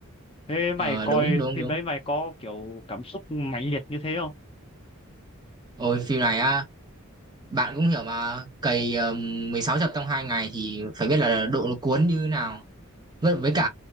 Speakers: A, on the left; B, on the right.
A: thế mày
B: Ờ,
A: coi
B: đúng đúng
A: phim
B: đúng.
A: đấy mày có kiểu cảm xúc mãnh liệt như thế không
B: Ôi phim này á bạn cũng hiểu mà cày ờ, 16 tập trong hai ngày thì phải biết là độ nó cuốn như thế nào. Với, với cả
A: ừ.